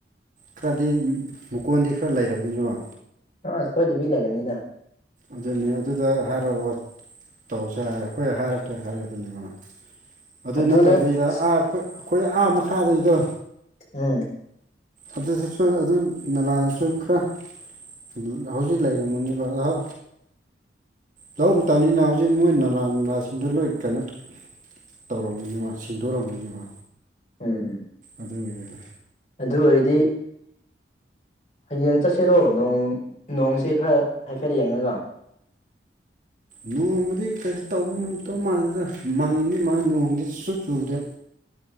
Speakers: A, on the right; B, on the left.
A: ꯈꯔꯗꯤ ꯃꯨꯀꯣꯟꯗꯤ ꯈꯔ ꯂꯩꯔꯝꯒꯅꯤꯕ
B: ꯑꯁ ꯁꯣꯢꯗꯕꯤ ꯂꯩꯔꯝꯅꯤꯅ
A: ꯑꯗꯨꯅꯤ ꯑꯗꯨꯗ ꯍꯥꯏꯔꯔꯣꯢ ꯇꯧꯁꯦ ꯍꯥꯢꯔ ꯈꯣꯢ ꯍꯥꯢꯔꯛꯀꯦ ꯍꯥꯏꯔꯛꯑꯅꯪꯅꯕ ꯑꯗꯨ
B: ꯑꯗꯨꯗ
A: ꯅꯠꯇꯕꯤꯗ
B: ꯑꯁ
A: ꯑꯥꯈꯣꯢ ꯈꯣꯢ ꯑꯥ ꯃꯈꯥꯗꯒꯤꯗꯣ
B: ꯑꯦ
A: ꯑꯗꯨꯗꯁꯨ ꯑꯗꯨ ꯅꯂꯥꯗꯨꯁꯨ ꯈꯔ ꯎꯝ ꯍꯧꯖꯤꯛ ꯂꯩꯔꯝꯃꯅꯤꯕ ꯑꯍꯥ ꯂꯧ ꯃꯇꯝꯅꯤꯅ ꯍꯧꯖꯤꯛ ꯃꯣꯏ ꯅꯂꯥ ꯅꯨꯡꯂꯥꯁꯤꯡꯗꯨ ꯂꯣꯏ ꯀꯩꯅꯣ ꯇꯧꯔꯝꯒꯅꯤꯕ ꯁꯦꯡꯗꯣꯔꯝꯒꯅꯦꯕ
B: ꯎꯝ ꯎꯝ
A: ꯑꯗꯨꯒꯤꯅꯤꯗ
B: ꯑꯗꯨ ꯑꯣꯏꯔꯗꯤ ꯍꯌꯦꯡ ꯆꯠꯁꯤꯔꯣ ꯅꯣꯡ ꯅꯣꯡꯁꯦ ꯈꯔ ꯍꯥꯏꯐꯦꯠ ꯌꯦꯡꯉꯒ
A: ꯅꯣꯡꯕꯨꯗꯤ ꯀꯩꯁꯨ ꯇꯧꯗꯧ ꯃꯥꯟꯗꯦꯗ ꯃꯪꯕꯗꯤ ꯃꯪꯉꯒ ꯅꯣꯡꯗꯤ ꯁꯨ ꯆꯨꯗꯦ